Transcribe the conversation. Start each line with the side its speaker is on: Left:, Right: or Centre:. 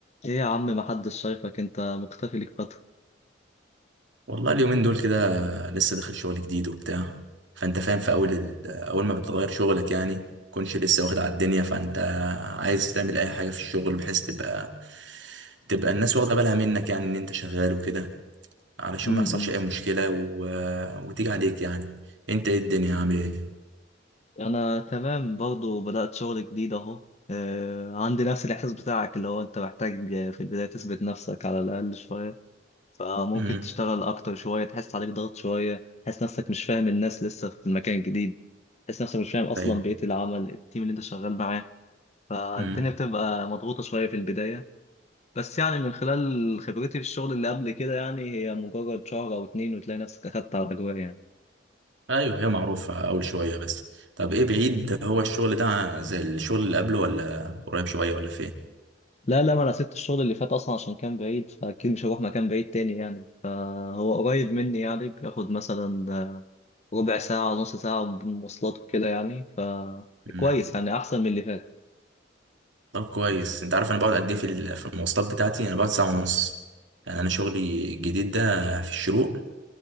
Left: ايه يا عم محدش شايفك انت مختفي ليك فترة
Right: والله اليومين دول كده لسه داخل شغل جديد وبتاع فانت فاهم في اول ال- اول ما بتغير شغلك يعني كنتش لسه واخد على الدنيا فانت عايز تعمل اي حاجه في الشغل بحيث تبقى تبقى الناس واخده بالها منك يعني ان انت شغال وكده علشان
Left: م-م.
Right: ما يحصلش اي مشكله و... وتيجي عليك يعني انت ايه الدنيا عامل ايه
Left: انا تمام برضو بدأت شغل جديد اهو آه، عندي نفس الاحساس بتاعك اللي هو انت محتاج آه، في البداية تثبت نفسك على الاقل شوية فممكن
Right: امم
Left: تشتغل اكتر شوية تحس عليك ضغط شوية تحس نفسك مش فاهم الناس لسه في المكان الجديد تحس نفسك مش فاهم اصلا
Right: ايوه
Left: بيئة العمل التيم اللي انت شغال معاه فالدنيا
Right: امم
Left: بتبقى مضغوطة شوية في البداية بس يعني من خلال خبرتي في الشغل اللي قبل كده يعني هي مجرد شهر او اتنين وتلاقي نفسك اخدت على الاجواء يعني
Right: ايوه هي معروفه اول شويه بس طب ايه بعيد هو الشغل ده زي الشغل اللي قبله ولا قريب شويه ولا
Left: لا لا ما انا سبت الشغل اللي فات اصلا عشان كان بعيد فاكيد مش هروح مكان بعيد تاني يعني فهو قريب مني يعني بياخد مثلا ربع ساعة نص ساعة بالمواصلات وكده يعني فكويس
Right: فين
Left: يعني احسن من اللي فات
Right: طب كويس انت عارف انا بقعد قد ايه في ال- في المواصلات بتاعتي انا بقعد ساعه ونص يعني انا شغلي الجديد ده في الشروق